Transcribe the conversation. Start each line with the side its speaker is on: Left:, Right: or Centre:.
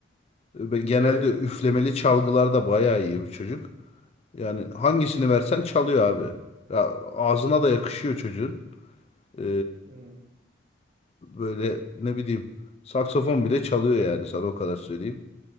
Left: E, Ben genelde
Right: E,
Left: üflemeli çalgılarda bayağı iyi bu çocuk. Yani
Right: Hı
Left: hangisini versen çalıyor abi. Ya ağzına da yakışıyor çocuğun. Ee,
Right: hı,
Left: Böyle ne bileyim saksafon bile çalıyor yani sana o kadar söyleyeyim.